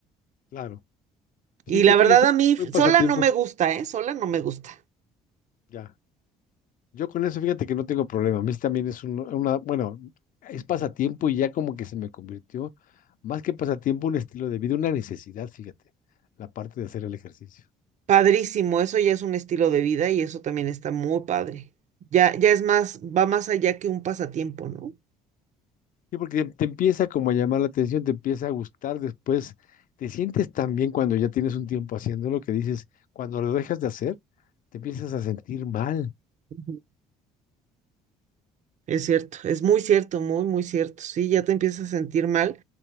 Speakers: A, on the left; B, on the right.
A: Claro. Sí,
B: Y
A: fíjate
B: la verdad
A: que sí,
B: a mí f-
A: buen pasatiempo.
B: sola no me gusta, ¿eh? Sola no me gusta.
A: Ya. Yo con eso, fíjate que no tengo problema. A mí también es un- una, bueno, es pasatiempo y ya como que se me convirtió, más que pasatiempo, un estilo de vida, una necesidad, fíjate, la parte de hacer el ejercicio.
B: Padrísimo, eso ya es un estilo de vida y eso también está muy padre. Ya, ya es más, va más allá que un pasatiempo, ¿no?
A: Sí, porque te, empieza como a llamar la atención, te empieza a gustar, después te sientes tan bien cuando ya tienes un tiempo haciendo lo que dices, cuando lo dejas de hacer, te empiezas a sentir mal.
B: Ujú. Es cierto, es muy cierto, muy, muy cierto. Sí, ya te empiezas a sentir mal.